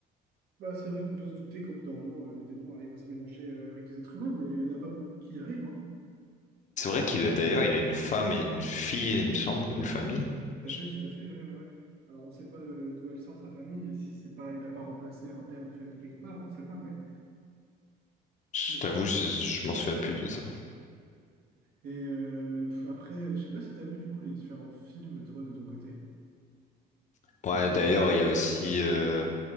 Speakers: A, on the right; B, on the left.
A: Bah, c'est vrai qu'on peut se douter qu'au bout d'un moment, euh, le démon arrive à se mélanger euh, avec les êtres humains, mais il n'y en a pas beaucoup qui y arrivent, hein.
B: C'est vrai qu'il a d'ailleurs, il a une femme et une fille, il me semble, une famille.
A: Tout
B: Je,
A: à fait, tout à fait, ouais, ouais, ouais. Alors, on ne sait pas euh, d'où elle sort sa famille, et si c'est pas, il n'a pas remplacé un père de famille quelque part, on ne sait pas, mais...
B: je
A: mais c'est-
B: t'avoue, je, je m'en souviens plus de ça.
A: et euh, pff, après, je sais pas si tu as vu, du coup, les différents films, toi, de ton côté.
B: Ouais,
A: Ou
B: d'ailleurs,
A: si-
B: il y a aussi euh,